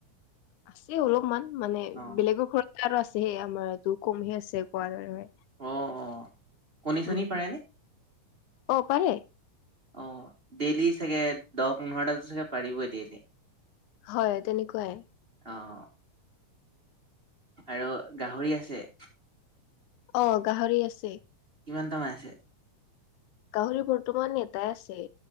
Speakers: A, on the left; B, on the right.
A: আছে অলপমান মানে
B: অ
A: বেলেগৰ ঘ। আৰুো আছে সে আমাৰ দু কমহে আছে কোৱাৰে।
B: অ অ কণী চণী
A: উম
B: পাৰে নে?
A: অ পাৰেে।
B: অ ডেইলি চাগে দহ পোন্ধৰটাাত চাগে পাৰিবই ডেইলি।
A: হয় তেনেকুৱাই।
B: অঁ। আৰু গাহৰি আছে?
A: অ গাহৰি আছে।
B: কিমানটা মান আছে?
A: গাহৰি বৰ্তমান এতাই আছে।